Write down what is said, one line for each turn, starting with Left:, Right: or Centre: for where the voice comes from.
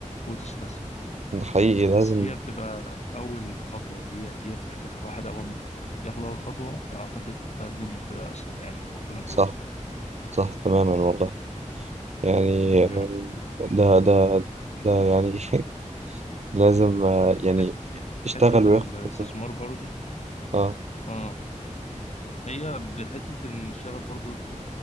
Left: وتستثمر
Right: ده حقيقي لازم
Left: بس هي بتبقى اول خطوة هي هي المشكلة الواحد اول ما ياخد اول خطوة اعتقد بقى الدنيا بتبقى اسهل يعني وربنا بيوفق
Right: صح صح تماما والله يعني
Left: ايوه
Right: ده ده ده يعني <laughs> لازم آه، يعني
Left: حت... حتة
Right: يشتغل وياخد
Left: الاستثمار
Right: خبرة
Left: برضو
Right: اه
Left: اه هي بحتة ان الشغل برضو تاخد